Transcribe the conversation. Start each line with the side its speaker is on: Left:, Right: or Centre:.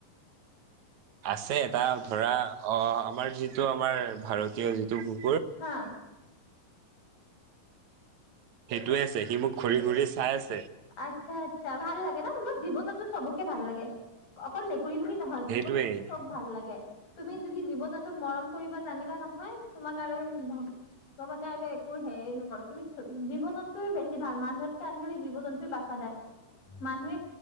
Right: আছে এটা ধৰা অ', আমাৰ যিটো আমাৰ ভাৰত তীয় যিটো কু
Left: হা।
Right: সেইটোৱে আছে, সি মোক ঘূৰি ঘূৰি চাই আছ
Left: আচ্ছা, আচ্ছা ভাল লাগে ন' মোৰ জীৱ-জন্তু চবকে ভাল লাগে, অকল মেক কুৰী বুলি নহয়
Right: সেইটোৱে
Left: জীৱ-জন্তু চব ভাল লাগে। তুমি যদি জীৱ-জন্তুক মৰম কৰিব জানিবা নহয় তোমাক আৰু ম মানে আৰু একো হেৰি নকৰে তুমি জীৱ-জন্তুৱে বেছি ভাল, মানুহতকে আজিকালি জীৱ জন্তুৱে ৱাফাদাৰ মানুহে